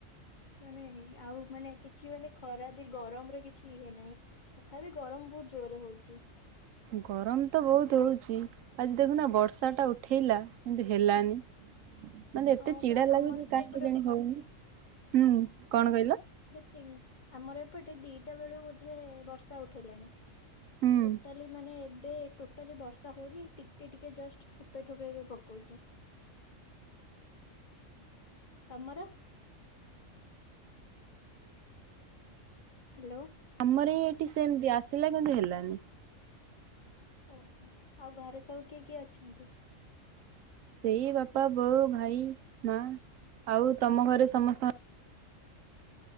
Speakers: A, on the left; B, on the right.
A: ମାନେ ଆଉ ମାନେ କିଛି ମାନେ ଖରାଦ ଗରମର କିଛି ଇଏ ନାହିଁ। ତଥାପି ଗରମ ବହୁତ ଜୋରରେ ହଉଚି।
B: ଗରମତ ବହୁତ ହଉଚି ଆଜି ଦେଖୁନା ବର୍ଷାଟା ଉଠେଇଲା କିନ୍ତୁ ହେଲାନି। ମାନେ
A: ହଁ
B: ଏତେ ଚିଡା
A: ବା ଆମର
B: ଲାଗୁଛି
A: ତ
B: କାହିଁକି
A: ଏପଟେ
B: କେଜାଣି
A: ଘ
B: ହଉନି ହୁଁ କଣ କହିଲ?
A: ଟିନ୍‌ଆମର ଏପଟେ ଦିଟା ବେଳୁ ବୋଧେ ବର୍ଷା ଉଠେଇଲାଣି
B: ହୁଁ।
A: ଟୋଟା କ୍କି ମାନେ ଏବେ ଟୋଟାଲି ବର୍ଷା ହଉନି ଟିକେ ଟିକେ ଜଷ୍ଟ ଠୋପେ ଠୋପେ ଏବେ ପକଉଚି। ତମର। ହାଲୋ।
B: ଆମର ହିଁ ଏଠି ସେମିତି ଆସିଲା କିନ୍ତୁ ହେଲାନି।
A: ଓହୋ ଆଉ ଘରେ ସବୁ କିଏ କିଏ ଅଛନ୍ତି?
B: ସେଇ ବାପା ବୋଉ ଭାଇ ମା ଆଉ ତମ ଘରେ ସମସ୍ତଙ୍କ
A: <inaudible>